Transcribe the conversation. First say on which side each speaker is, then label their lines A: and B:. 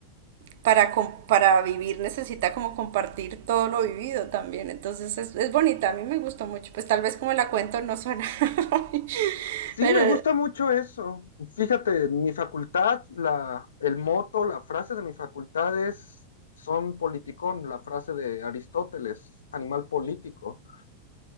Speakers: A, on the right (about 55°); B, on the left (about 65°).
A: para, com- para vivir necesita como compartir todo lo vivido también. Entonces es, es bonita, a mí me gustó mucho. Pues tal vez como la cuento no suena, <laughs>
B: Sí,
A: pero
B: me gusta mucho eso. Fíjate, en mi facultad, la, el moto, la frase de mi facultad es, son politicón, la frase de Aristóteles, animal político.